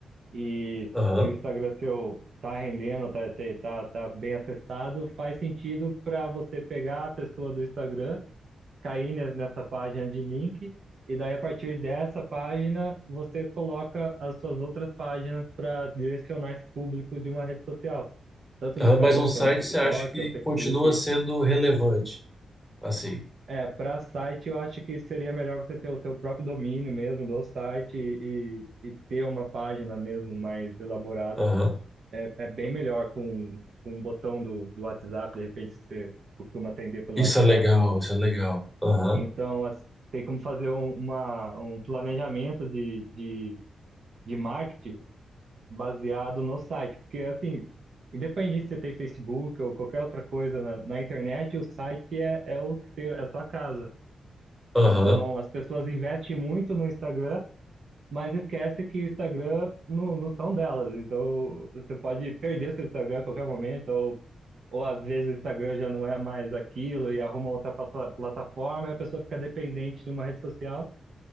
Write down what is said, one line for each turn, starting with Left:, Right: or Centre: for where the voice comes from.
Right: E
Centre: Aham.
Right: se o Instagram seu tá rendendo, tá, tá, tá- tá bem acessado, faz sentido para você pegar a pessoa do Instagram, cair ne- nessa página de link, e daí a partir dessa página você coloca as suas outras páginas para direcionar esse público de uma rede social. Tanto
Centre: Aham,
Right: no Instagram,
Centre: mas um site
Right: quanto no TikTok
Centre: você acha que
Right: ou Facebook.
Centre: continua sendo relevante? Assim.
Right: É, para site eu acho que seria melhor você ter o seu próprio domínio mesmo do site e, e e ter uma página mesmo mais elaborada
Centre: Aham.
Right: É, é bem melhor com, com um botão do, do WhatsApp, de repente se você costuma atender pelo
Centre: Isso
Right: WhatsApp.
Centre: é legal, isso é legal. Aham.
Right: Então, as- tem como fazer um, uma, um planejamento de, de, de marketing baseado no site. Porque, assim, independente se você tem Facebook ou qualquer outra coisa na, na internet, o site é, é o seu, é a sua casa.
Centre: Aham.
Right: Então, as pessoas investem muito no Instagram, mas esquece que o Instagram não, não são delas. Então, você pode perder seu Instagram a qualquer momento, ou ou às vezes o Instagram já não é mais aquilo e arruma outra plata- plataforma, e a pessoa fica dependente de uma rede social